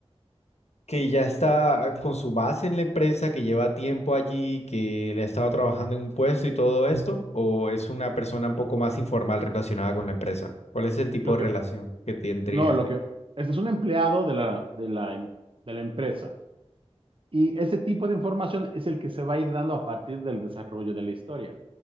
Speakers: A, on the left; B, on the right.
A: que ya está con su base en la empresa, que lleva tiempo allí, que le ha estado trabajando en un puesto y todo esto, o es una persona un poco más informal relacionada con la empresa. ¿Cuál es el tipo
B: Lo
A: de
B: que,
A: relación que tendría?
B: no, lo que, este es un empleado de la, de la, em- de la empresa. Y ese tipo de información es el que se va a ir dando a partir del desarrollo de la historia,